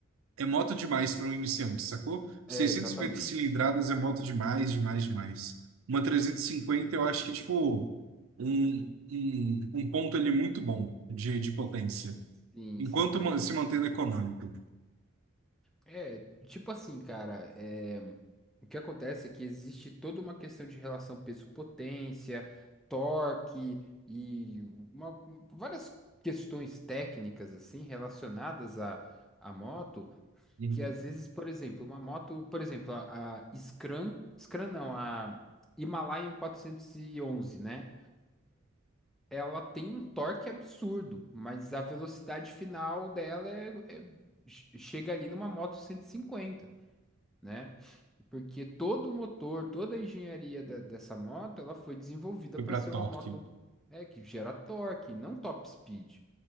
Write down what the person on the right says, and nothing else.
é moto demais para um iniciante, sacou? 650
cilindradas é moto demais, demais, demais. Uma 350 eu acho que é, tipo, um, um, um ponto ali muito bom de, de potência,
enquanto
ma- se mantendo econômico.
Uhum.
Foi
para
torque.